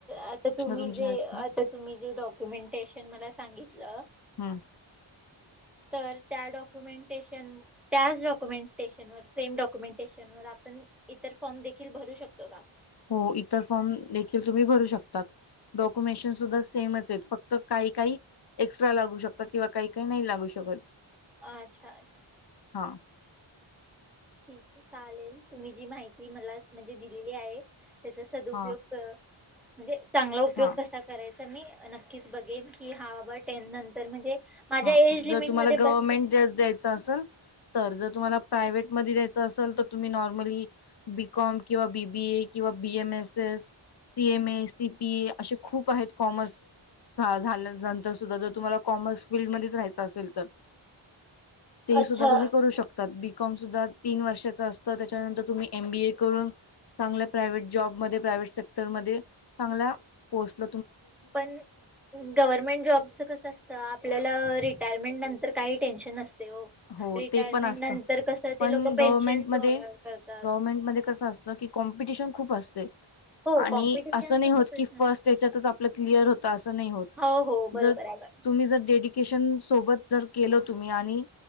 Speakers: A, in the centre; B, on the left.
A: आता तुम्ही
B: तुमचे
A: जे
B: आहेत का
A: आता तुम्ही जे डॉक्युमेंटेशन मला सांगितलं
B: ह
A: तर त्या डॉक्युमेंटेशन त्याच डॉक्युमेंटेशन व सेम डॉक्युमेंटेशन व पण इतर फॉर्म देखील भरू शकतो का
B: हो इतर फॉर्म देखील तुम्ही भरू शकतात डॉक्युमेंशन सुद्धा सेमच आहेत फक्त काही काही एक्स्ट्रा लागू शकता किंवा काही काही नाही लागू शकत
A: अच्छा अच्छा
B: हा
A: ठीक आहे चालेल तुम्ही जी माहिती मला म्हणजे दिलेली आहे त्याचा सदपयोग
B: हा
A: म्हणजे चांगला उपयोग
B: हा
A: कसा करायचा तर मी नक्कीच बघेन की हा बाबा टेन नंतर म्हणजे माझ्या
B: हा
A: एज लिमिटमध्ये
B: जर तुम्हाला गव्हर्नमेंट
A: बसत
B: ज द्यायचं असेल तर जर तुम्हाला प्रायव्टमध्ये द्यायचं असेल तर तुम्ही नॉर्मली बीकॉम किंवा बीबीए किंवा बमस सीम ए सीपीए असे खूप आहेत कमर् झाल्यानंतर सुद्धा जर तुम्हाला कॉमर्स असेल तर
A: अच्छा
B: सुा तुम्ही करू शक तन वर्षा अस त्या तुम्हीम बी करून चांगल्या प्रायवहेट जॉबमध्ये प्रायव्हेट सेक्टरमध्ये चांगल्या पोस्ट
A: पण गव्हर्मेंट जॉबच कस असत आपल्याला रिटायरमेंट नंतर काही टेन्शन असते हो
B: हो
A: रिटायरमेंट
B: ते पण असत
A: नंतर कसं
B: पण
A: ते लोक पेन्शन
B: गवमेंट म
A: प्रोव्हाइड करतात
B: गमेंट म कस असत क कॉमपिटिशन खूप असते
A: हो
B: आणि
A: कॉम्पिटिशनचा
B: असं नाही
A: तर
B: होत
A: प्रश्न
B: की
A: नाही
B: फस्ट त्याच्यातच आपलं क्लिअर होत असं नाही होत
A: हो हो बरोबर
B: जर
A: आहे
B: तुम्ही जर डेडिकेशन सोबत जर केल तुम्ही आणि